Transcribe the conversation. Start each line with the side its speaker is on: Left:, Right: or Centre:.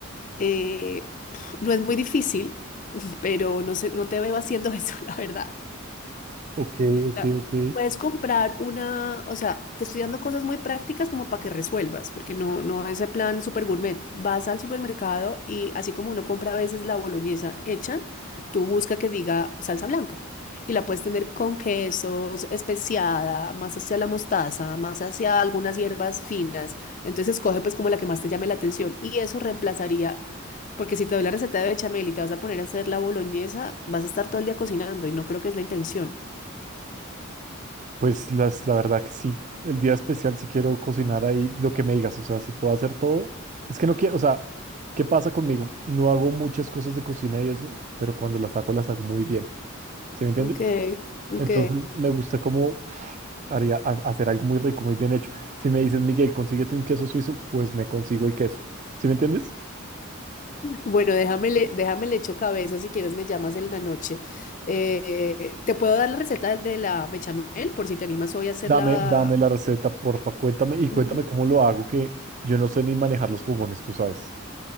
Left: Eh, pf, no es muy difícil, <laughs> pero no sé, no te veo haciendo eso, <laughs> la verdad.
Right: Ok, ok,
Left: la-
Right: ok.
Left: puedes comprar una, o sea, te estoy dando cosas muy prácticas como para que resuelvas, porque no, no es el plan super gourmet. Vas al supermercado y así como uno compra a veces la boloñesa hecha, tú busca que diga salsa blanca y la puedes tener con quesos, especiada, más hacia la mostaza, más hacia algunas hierbas finas. Entonces escoge pues como la que más te llame la atención y eso reemplazaría. Porque si te doy la receta de bechamel y te vas a poner a hacer la boloñesa, vas a estar todo el día cocinando y no creo que es la intención.
Right: Pues las, la verdad que sí, el día especial si quiero cocinar ahí lo que me digas, o sea, si puedo hacer todo, es que no quiero, o sea, ¿qué pasa conmigo? No hago muchas cosas de cocina y eso, pero cuando las hago, las hago muy bien, ¿sí me entiendes?
Left: Ok, ok.
Right: Entonces me gusta cómo haría ha- hacer algo muy rico, muy bien hecho. Si me dices, Miguel, consíguete un queso suizo, pues me consigo el queso, ¿sí me entiendes?
Left: Bueno, déjame le, déjame le echo cabeza si quieres me llamas en la noche. Eh, ¿te puedo dar la receta de la bechamel por si te animas hoy a hacerla?
Right: Dame, dame la receta, porfa, cuéntame y cuéntame
Left: Ujú. <laughs>
Right: cómo lo hago, que yo no sé ni manejar los fogones, tú sabes.